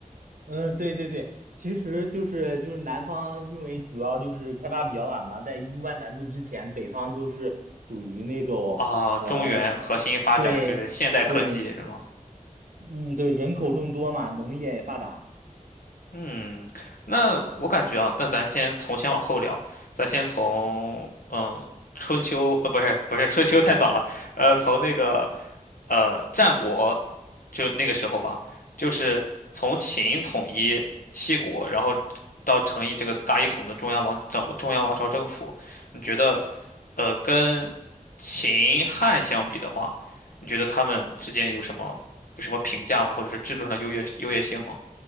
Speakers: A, on the right; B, on the left.
A: 嗯，对对对，其实就是就是南方，因为主要就是开发比较晚嘛，在一万南渡之前，北方都是属于那种呃，
B: 啊。中原核心发展就是现代科技是吗？
A: 对对，嗯，对，人口众多嘛，农业也发达。
B: 嗯，那我感觉啊，那咱先从前往后聊，咱先从嗯春秋呃不是不是春秋太早了，呃从那个呃战国就那个时候吧，就是从秦统一七国，然后到成立这个大一统的中央王朝中央王朝政府，你觉得呃跟秦汉相比的话，你觉得他们之间有什么有什么评价吗？或者是制度上的优越优越性吗？